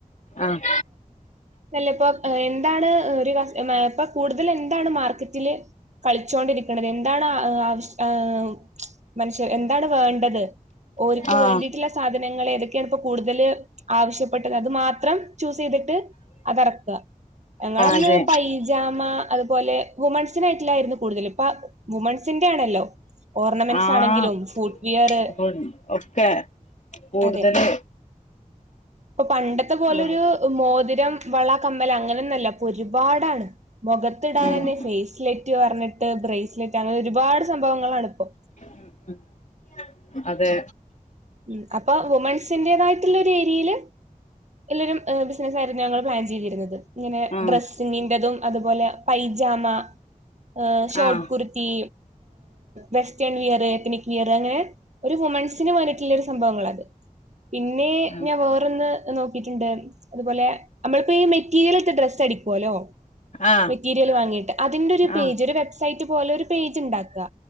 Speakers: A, on the left (about 55°); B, on the right (about 55°).
A: ആഹ്
B: അല്ല ഇപ്പൊ എന്താണ് ഒര് കസ്റ്റമേ ഇപ്പ കൂട്തല് എന്താണ് മാർക്കറ്റില് കളിച്ചോണ്ടിരിക്ക്‌ണത് എന്താണ് ഏഹ് ആവിഷ് ഏഹ് മനസ്സ് എന്താണ് വേണ്ടത് ഓര്ക്ക്
A: ആഹ്
B: വേണ്ടിട്ടിള്ള സാ സാധനങ്ങൾ ഏതെക്കെയാണ് ഇപ്പോ കൂട്തല് ആവശ്യപ്പെട്ടത് അത് മാത്രം ചൂസ്സെയ്ത് ട്ട് അത് എറയ്ക്ക ഞങ്ങളന്ന്
A: അതെ
B: പൈ ജാമ അതുപോലെ വുമൺസിനായിട്ട്ലായിരുന്നു കൂടുതലും. ഇപ്പ വുമൺസിന്റെ ഏണല്ലോ ഓർണമെന്റ്സ്
A: ആഹ്
B: ആണെങ്കിലും ഫുട്ട് വിയറ്
A: അപ്പൊ ഒക്കെ കൂടുതല്
B: അതെ ഇപ്പൊ പണ്ടത്തെ പോലെരു
A: ഇതാണ്
B: മോതിരം, വള, കമ്മല്‌ അങ്ങനെ ഒന്നഅല്ല ഇപ്പൊ ഒരുപാടാണ് മൊഖത്ത്ടാനെന്നെ
A: ഉം
B: ഫേയ്സ്ലെറ്റ് പർഞ്ഞ്ട്ട് ബ്രേയ്സ്ലെറ്റ് അങ്ങനെ ഒരുപാട് സംഭവങ്ങളാണ് ഇപ്പൊ.
A: ഉം ഉം അതെ
B: ഉം അപ്പൊ വുമൺസിന്റേതായിട്ട്ള്ള ഒരു ഏരിയയില് എല്ലാരും ബിസിനസ്സായിയിരുന്നു ഞങ്ങള് പ്ലാൻ ചെയ്തിരുന്നത്. ഇങ്ങനെ
A: ആഹ്
B: ഡ്രസ്സ് സിങ്ങിന്റെതും അത്പോലെ പൈജാമാ, എഹ് ഷോർട്ട്
A: ആഹ്
B: കുർ ത്തി വെസ്റ്റേൺ വിയറ് എത്ത്നിക് വിയറ് അങ്ങനെ ഒരു വുമൺസിന് വേണ്ടിട്ട്ല്ലൊരു സംഭവങ്ങള അത് പിന്നെ
A: ആഹ്
B: ഞാൻ വേറെ റൊന്ന് നോക്കിട്ട്ണ്ട് അതുപോലെ അമ്മളിപ്പോ ഈ മെറ്റീരിയലേറ്റ് ഡ്രസ്സ് അടിക്കോല്ലോ
A: ആഹ്
B: മെറ്റീരിയല് വാങ്ങിയിട്ട് അതിന്റെ ഒരു പേജ്
A: ആഹ്
B: ഒരു വെബ്സൈറ്റ് പോലെ ഒര് പേജ് ഇണ്ടാക്കാ